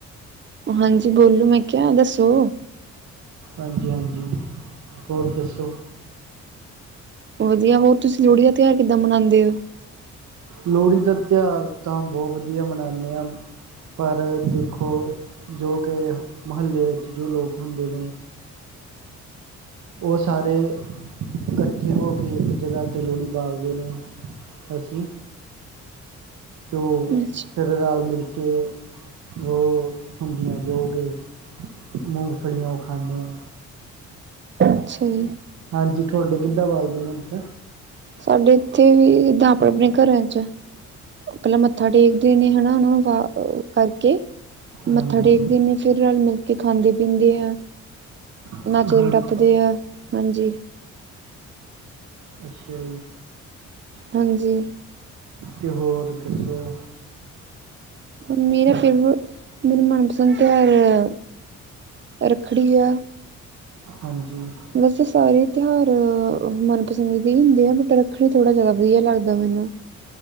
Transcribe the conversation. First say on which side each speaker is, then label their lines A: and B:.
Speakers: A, on the right; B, on the right.
A: ਹਾਂਜੀ, ਬੋਲੋ ਮੈਂ ਕਿਆ ਦੱਸੋ।
B: ਹਾਂਜੀ ਹਾਂਜੀ ਹੋਰ ਦੱਸੋ।
A: ਵਧੀਆ ਹੋਰ ਤੁਸੀਂ ਲੋਹੜੀ ਦਾ ਤਿਉਹਾਰ ਕਿੱਦਾਂ ਮਨਾਂਦੇ ਓ।
B: ਲੋਹੜੀ ਦਾ ਤਿਉਹਾਰ ਤਾਂ ਬਹੁਤ ਵਧੀਆ ਮਨਾਣੇ ਆਂ। ਪਰ ਦੇਖੋ ਜੋ ਕਿ ਮੁਹੱਲੇ ਵਿੱਚ ਜੋ ਲੋਕ ਹੁੰਦੇ ਨੇਂ ਉਹ ਸਾਰੇ ਇਕੱਠੇ ਹੋ ਕੇ ਇੱਕ ਜਗ੍ਹਾ ਤੇ ਲੋਹੜੀ ਬਾਲਦੇ ਨੇਂ। ਅਸੀਂ ਤੋ
A: ਅੱਛਾ,
B: ਫਿਰ ਰਲ ਮਿਲ ਕੇ ਉਹ ਹੁੰਦੀਆਂ ਜੋ ਕਿ ਮੂੰਗਫਲੀਆਂ ਉਹ ਖਾਂਣੇ ਆਂ।
A: <unintelligible> ਅੱਛਾ ਜੀ।
B: ਹਾਂਜੀ ਤੁਹਾਡੇ ਕਿੱਦਾਂ ਬੋਲਦੇ ਨੇਂ ਓਧੱਰ।
A: ਸਾਡੇ ਇੱਥੇ ਵੀ ਏਦਾਂ ਦਾਪਕ ਆਪਣੇ ਘਰਿਆਂ ਚ ਅੱਗੇ ਮੱਥਾ ਟੇਕਦੇ ਨੇ ਹਨਾ ਉਹਨਾਂ ਨੂੰ ਵ ਕਰਕੇ ਮੱਥਾ
B: ਹਾਂਜੀ
A: ਟੇਕਦੇ ਨਹੀਂ ਫਿਰ ਰਲ ਮਿਲ ਕੇ ਖਾਂਦੇ ਪੀਂਦੇ ਆ।
B: ਹਾਂ
A: ਨਾਚੇ ਦੇ ਟੱਪਦੇ ਆ ਹਾਂਜੀ।
B: ਅੱਛਾ ਜੀ।
A: ਹਾਂਜੀ।
B: ਤੇ ਹੋਰ ਦੱਸੋ।
A: ਮੇਰਾ ਫੇਵਰ, ਮੇਰਾ ਮਨਪਸੰਦ ਤਿਉਹਾਰ, ਰੱਖੜੀ ਆ।
B: ਹਾਂਜੀ।
A: ਵੈਸੇ ਸਾਰੇ ਤਿਉਹਾਰ ਮਨਪਸੰਦ ਦੇ ਹੀ ਹੁੰਦੇ ਆ, ਬਟ ਰੱਖੜ ਥੋੜ੍ਹਾ ਜ਼ਿਆਦਾ ਵਧੀਆ ਲੱਗਦਾ ਮੈਨੂੰ।